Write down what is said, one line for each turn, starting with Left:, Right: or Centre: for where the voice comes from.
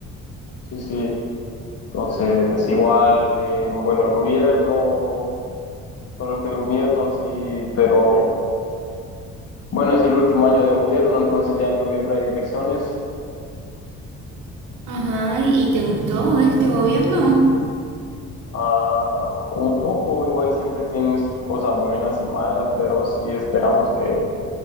Left: sí. sí. Entonces, igual, eh, bueno, el gobierno, solo que el gobierno, sí, pero bueno, es el último año de gobierno, entonces ya en noviembre hay elecciones.
Right: ajá, ¿y te gustó este gobierno?
Left: Ah, un poco, igual siempre tienen sus cosas buenas y malas, pero sí esperamos que,